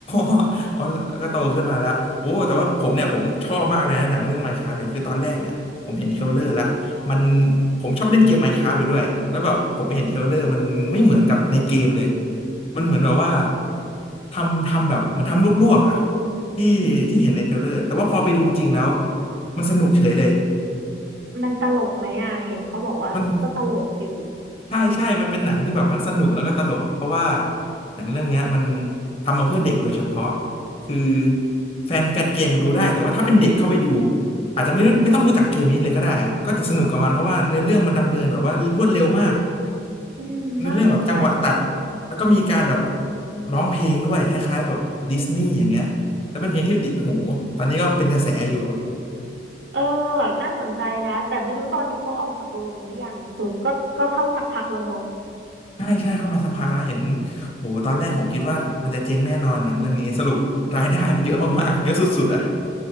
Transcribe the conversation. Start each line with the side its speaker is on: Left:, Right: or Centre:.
Left: <laughs> อ๋อก็โตขึ้นมาแล้วโอ้แต่ว่าผมเนี่ยผมชอบมากเลยนะหนังเรื่อง Minecraft เนี่ยคือตอนแรกเนี่ยผมเห็นเทรลเลอร์ละมันผมชอบเล่นเกม Minecraft อยู่ด้วย แล้วแบบผมไปเห็นเทรลเลอร์มันไม่เหมือนกับในเกมเลย มันเหมือนแบบว่าทำทำแบบเหมือนทำลวกๆอ่ะที่ที่เห็นในเทรลเลอร์แต่ว่าพอไปดูจริงแล้ว
Right: อืม
Left: มันสนุกเฉยเลย
Right: มันตลกไหมอ่ะเห็นเขาบอกว่าก็ตลกอยู่
Left: มัน ใช่ใช่ มันเป็นหนังที่แบบทั้งสนุกแล้วก็ตลก เพราะว่าหนังเรื่องเนี้ยมันทำมาเพื่อเด็กโดยเฉพาะคือแฟนแฟนเกมดูได้แต่ว่าถ้าเป็นเด็กเข้าไปดูอาจจะไม่รู้ไม่ต้องรู้จักเกมนี้เลยก็ได้อะก็จะสนุกกับมันเพราะว่าเนื้อเรื่องมันดำเนินแบบว่ารวดเร็วมาก
Right: อืมน่าสนใจ
Left: เนื้อเรื่องแบบจังหวะตัดแล้วก็มีการแบบร้องเพลงด้วยคล้ายๆแบบดิสนีย์อย่างเงี้ยแล้วเป็นเพลงที่ติดหู ตอนนี้ก็เป็นกระแสอยู่
Right: เออแบบน่าสนใจนะ แต่ไม่รู้ตอนนี้เขาออกจากโรงหรือยังคือก็ก็เข้าสักพักแล้วเนอะ
Left: ใช่ใช่เข้ามาสักพักแล้วเห็นโหตอนแรกผมคิดว่ามันจะเจ๊งแน่นอนหนังเรื่องนี้สรุปรายได้เยอะมากๆเยอะสุดๆอ่ะ